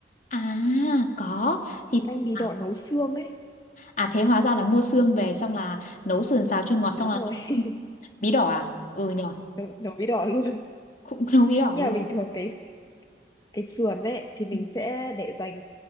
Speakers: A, on the left; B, on the left.
A: À, có. Thì
B: canh bí
A: à,
B: đỏ nấu xương ấy
A: à thế hóa ra là mua xương về xong là nấu sườn xào chua ngọt xong
B: đúng
A: là
B: rồi
A: nấu
B: <laughs>
A: bí đỏ à? Ừ nhờ,
B: nấu, nấu bí đỏ luôn
A: cũng <laughs> nấu bí đỏ
B: nhưng
A: luôn.
B: mà bình thường cái cái sườn ấy thì mình
A: Ừ.
B: sẽ để dành